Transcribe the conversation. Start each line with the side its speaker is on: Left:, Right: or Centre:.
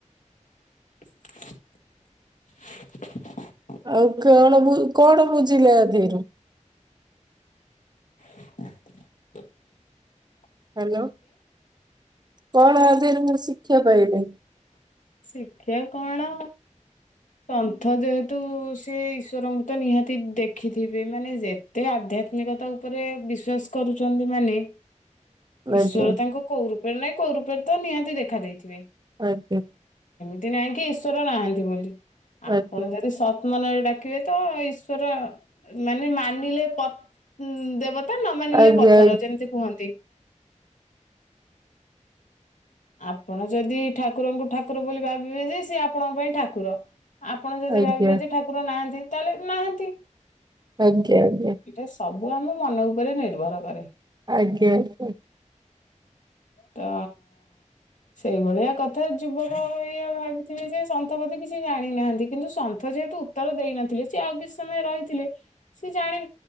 Left: <unintelligible>
Right: ଆଉ କଣ ବୁ କଣ ବୁଝିଲେ ଆଧେରୁ?
Left: ହ
Right: ହାଲୋ କଣ ଆଧେରୁ ବୁଝି ପାଇଲେ?
Left: ଶିକ୍ଷା କଣ? ସନ୍ଥ ଯେହେତୁ ସେ ଈଶ୍ୱରଙ୍କୁ ତ ନିହାତି ଦେଖିଥିବେ ମାନେ ଯେତେ ଆଧ୍ୟା ତ୍ମିକତା ଉପରେ ବିଶ୍ଵାସ କରୁଛନ୍ତି ମାନେ ଈଶ୍ବର
Right: ଆଜ୍ଞା
Left: ତାଙ୍କୁ କୋଉ ରୂପରେ ନାଇଁ କୋଉ ରୂପରେ ତ ନିହାତି ଦେଖା ଦେଇଥିବେ।
Right: ଆଜ୍ଞା।
Left: ଏମିତି ନାଇଁ କି ଈଶ୍ୱର ନାହାନ୍ତି ବୋଲି। ଆପଣ
Right: ଆଜ୍ଞା
Left: ଯଦି ସ ମନରେ ଡାକିବେ ତ ଈଶ୍ୱର ମାନେ ମାନିଲେ ପ ଦେବ ତା ନ ମାନିଲେ
Right: ଆଜ୍ଞା
Left: ପଥର ଯେମିତି କୁହନ୍ତି। ଆପଣ ଯଦି ଠାକୁରଙ୍କୁ ଠାକୁର ବୋଲି ଭାବିବେ ଯେ ସେ ଆପଣଙ୍କ ପାଇଁ ଠାକୁର। ଆପଣ ଯଦି
Right: ଆଜ୍ଞା
Left: ଭାବିବେ ଯେ ଠାକୁର ନାହାନ୍ତି ତାହେଲେ ନାହାନ୍ତି।
Right: ଆଜ୍ଞା ଆଜ୍ଞା।
Left: ଏଇଟା ସବୁ ଆମ ମନ ଉପରେ ନିର୍ଭର କରେ।
Right: ଆଜ୍ଞା ଆଜ୍ଞା।
Left: ତ ସେଇଭଳିଆ କଥା ଯୁବକ ଇଏ ଭାବିଥିବେ ଯେ ସନ୍ଥପତି କିଛି ଜାଣି ହା କିନ୍ତୁ ସନ୍ଥ ଯେହେତୁ ଉତ୍ତର ଦେଇ ନଥିଲେ ସିଏ ଆଉ କିଛି ସମୟ ରହିଥିଲେ ସିଏ ଜାଣି